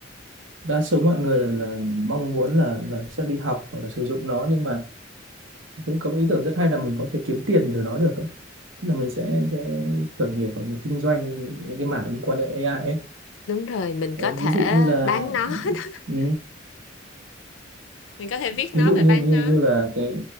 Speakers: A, on the right; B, on the left.
A: đa số mọi người là, là mong muốn là là sẽ đi học hoặc là sử dụng nó nhưng mà thấy có một ý tưởng rất hay là mình có thể kiếm tiền từ nó được. ấy. Tức là mình sẽ sẽ khởi nghiệp và mình kinh doanh những cái mảng liên quan đến AI ấy.
B: đúng rồi mình
A: Đấy,
B: có thể
A: ví dụ như là
B: bán nó <laughs>
A: ừ,
B: mình có thể viết
A: ví
B: nó
A: dụ
B: và
A: như
B: bán
A: như
B: nó
A: như là cái